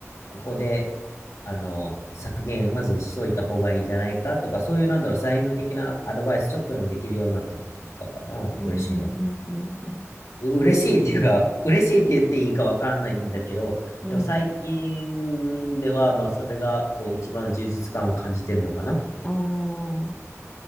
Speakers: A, on the left; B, on the left.
A: ここで、あの、削減、まずしといた方がいいんじゃないかとか、そういう、なんだろう、財務的なアドバイスちょっとでもできるようになったこととかかな、
B: うん、
A: 嬉しいの。
B: うん、うん、う
A: う嬉しいっていうか、嬉しいって言っていいかわからないんだけど、
B: ん、うん
A: でも最近では、まあ、それが、こう、一番充実感を感じてんのかな。
B: おー、